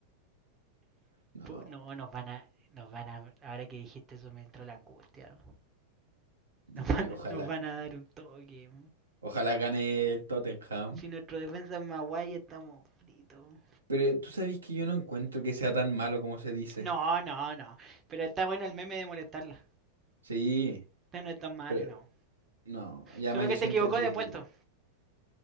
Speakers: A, on the right (about 75°); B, on the right (about 25°).
A: <laughs> no.
B: No, nos van a. Nos van a. Ahora que dijiste eso me entró la angustia. ¿no? Nos
A: Oye,
B: van
A: ojalá,
B: a, nos van a dar un toque.
A: ojalá gane el Tottenham.
B: Si nuestro defensa es Maguire, estamos fritos.
A: Pero tú sabes que yo no encuentro que sea tan malo como se dice.
B: No, no, no. Pero está bueno el meme de molestarla.
A: Sí,
B: No, no es tan malo,
A: pero
B: no.
A: no. Y además
B: Solo que
A: yo siento
B: se equivocó
A: que,
B: de puesto.